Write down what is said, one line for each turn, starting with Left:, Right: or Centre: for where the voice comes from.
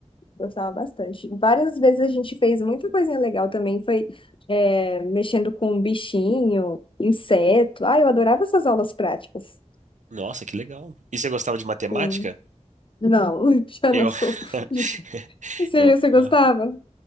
Left: Gostava bastante. Várias vezes a gente fez muita coisinha legal também. Foi é, mexendo com bichinho, inseto. Ah, eu adorava essas aulas práticas.
Right: Nossa, que legal. E você gostava de matemática?
Left: Hum, Não, <laughs> já
Right: Eu,
Left: não sou. <laughs>
Right: <laughs>
Left: Você,
Right: eu ah,
Left: você gostava?